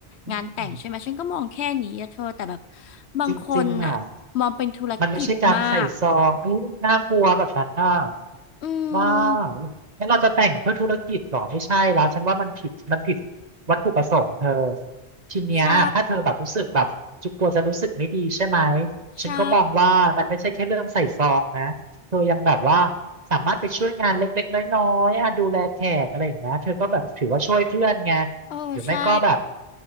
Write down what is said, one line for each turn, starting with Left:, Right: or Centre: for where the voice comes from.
Right: อืม
Left: งานแต่งใช่ไหมฉันก็มองแค่นี้อะเธอแต่แบบบางคนอะมองเป็นธุรกิจมาก
Right: จริงๆอ่ะมันไม่ใช่การใส่ซองอุ้ยน่ากลัวแบบนั้นอ่ะ
Left: อื
Right: ว่า
Left: ม
Right: งั้นเราจะแต่งเพื่อธุรกิจเหรอไม่ใช่แล้วฉันว่ามันผิดมันผิดวัตถุประสงค์เธอทีเนี้ยถ้าเธอแบบรู้สึกแบบจุกกลัวจะรู้สึกไม่ดีใช่ไหม
Left: ใช่ใช่
Right: ฉันก็มองว่ามันไม่ใช่แค่เรื่องใส่ซองนะเธอยังแบบว่าสามารถไปช่วยงานเล็กๆน้อยๆอ่ะดูแลแขกอะไรอย่างเงี้ยเธอก็แบบถือว่าช่วยเพื่อนไง
Left: เออใช่
Right: หรือไม่ก็แบบ